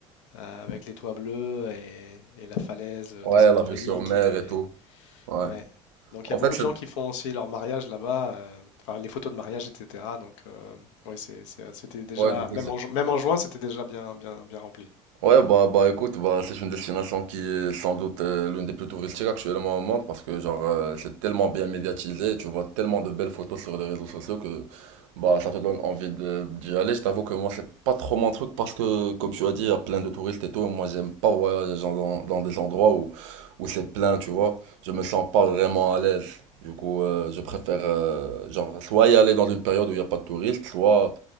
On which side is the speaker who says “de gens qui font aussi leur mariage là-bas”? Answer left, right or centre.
Left